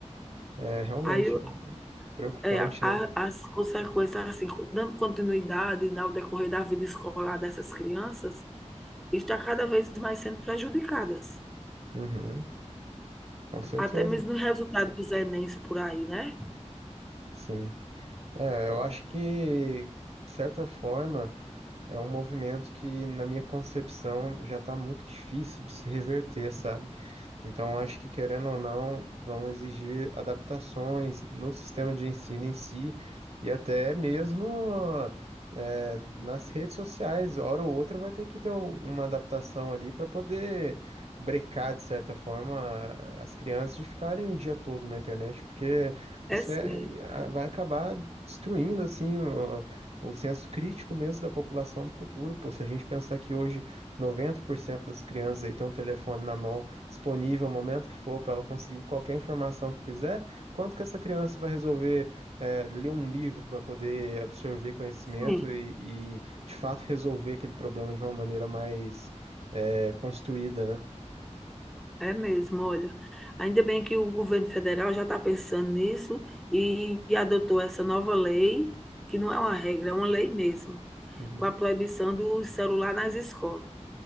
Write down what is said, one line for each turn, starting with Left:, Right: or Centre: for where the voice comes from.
Right: É realmente
Centre: Aí eu,
Right: é preocupante,
Centre: É, a- a-
Right: né?
Centre: as consequências, assim, dando continuidade ao decorrer da vida escolar dessas crianças, está cada vez mais sendo prejudicadas.
Right: Uhum, com certeza.
Centre: Até mesmo no resultado dos Enems por aí, né?
Right: Sim. É, eu acho que, de certa forma, é um movimento que, na minha concepção, já está muito difícil de se reverter, sabe? Então, acho que, querendo ou não, vão exigir adaptações no sistema de ensino em si e até mesmo eh, nas redes sociais. Hora ou outra vai ter que ter um- uma adaptação ali para poder brecar, de certa forma, as crianças de ficarem o dia todo na internet, porque isso
Centre: É sim,
Right: é, a- vai acabar destruindo assim o, o senso crítico mesmo da população no futuro. Pô, se a gente pensar que hoje 90% das crianças aí tem um telefone na mão disponível, o momento que for, para ela conseguir qualquer informação que quiser, quanto que essa criança vai resolver eh, ler um livro para poder absorver conhecimento
Centre: sim,
Right: e, e, de fato, <laughs> resolver aquele problema de uma maneira mais eh, construída, né?
Centre: é mesmo, olha. Ainda bem que o governo federal já está pensando nisso e, e adotou essa nova lei, que não é uma regra, é uma lei mesmo,
Right: Uhum.
Centre: com a proibição do celular nas escolas.